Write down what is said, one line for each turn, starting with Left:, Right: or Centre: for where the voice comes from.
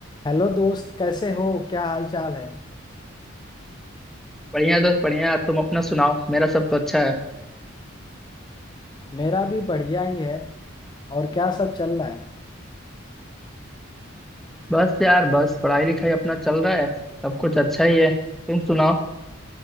Left: Hello दोस्त कैसे हो क्या हाल चाल है
Centre: बढ़िया दोस्त बढ़िया तुम अपना सुनाओ मेरा सब तो अच्छा है
Left: मेरा भी बढ़िया ही है और क्या सब चल रहा है
Centre: बस यार बस पढ़ाई लिखाई अपना चल रहा है सब कुछ अच्छा ही है तुम सुनाओ